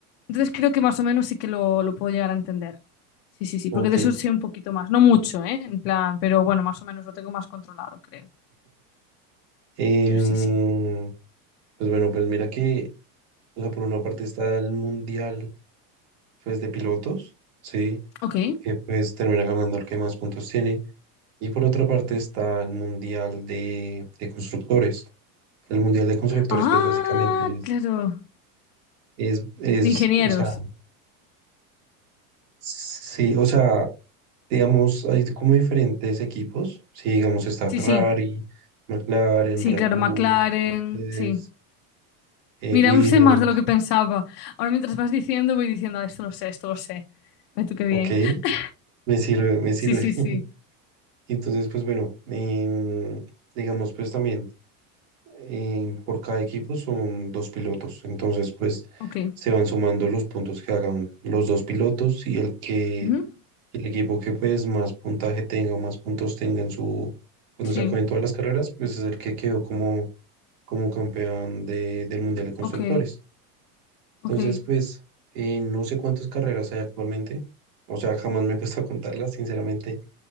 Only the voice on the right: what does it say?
Ok.
Em,
pues bueno, pues mira que, o sea, por una parte está el mundial, pues de pilotos, sí,
que pues termina ganando el que más puntos tiene. Y por otra parte está el mundial de, de constructores. El mundial de constructores,
pues básicamente es,
es, es,
o sea, sí, o sea, Digamos, hay como diferentes equipos. Sí, digamos, está
Ferrari,
McLaren,
Red
Bull,
Mercedes,
eh,
Williams.
Ok,
me sirve, me sirve.
<laughs> Entonces, pues bueno, em, digamos, pues también em, por cada equipo son dos pilotos. Entonces, pues
se van sumando los puntos que hagan los dos pilotos y el que,
el equipo que pues más puntaje tenga o más puntos tenga en su, cuando
se acaben todas las carreras, pues es el que quedó como como campeón de- del Mundial de Constructores.
Entonces, pues, eh, no sé cuántas carreras hay actualmente. O sea, jamás me he <laughs> puesto a contarlas, sinceramente.